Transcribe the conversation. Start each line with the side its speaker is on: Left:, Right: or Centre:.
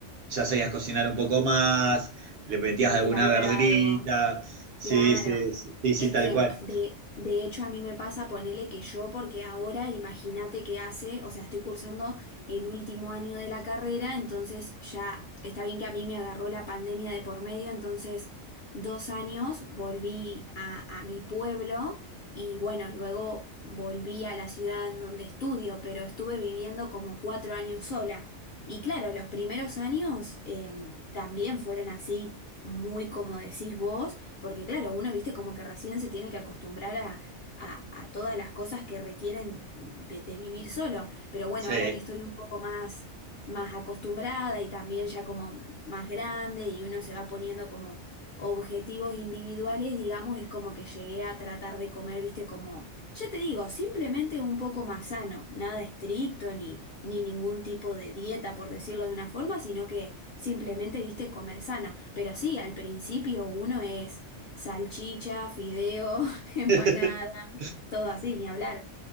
Right: ya sabías cocinar un poco más, le metías
Left: más
Right: alguna
Left: bueno. elaborado.
Right: verdurita, sí,
Left: Claro,
Right: sí, sí, sí, sí,
Left: es
Right: tal
Left: que
Right: cual,
Left: de, de hecho a mí me pasa ponerle que yo, porque ahora imagínate que hace, o sea, estoy cursando el último año de la carrera, entonces ya está bien que a mí me agarró la pandemia de por medio, entonces dos años volví a, a mi pueblo y bueno, luego volví a la ciudad en donde estudio, pero estuve viviendo como cuatro años sola. Y claro, los primeros años em, también fueron así, muy como decís vos porque claro, uno, viste, como que recién se tiene que acostumbrar a, a, a todas las cosas que requieren de, de vivir solo. Pero bueno,
Right: sí.
Left: ahora que estoy un poco más, más acostumbrada y también ya como más grande y uno se va poniendo como objetivos individuales, digamos, es como que llegué a tratar de comer, viste, como, ya te digo, simplemente un poco más sano, nada estricto ni, ni ningún tipo de dieta, por decirlo de una forma, sino que simplemente, viste, comer sano. Pero sí, al principio uno es Salchicha, fideo, <laughs> empanada,
Right: <laughs>
Left: todo así, ni hablar.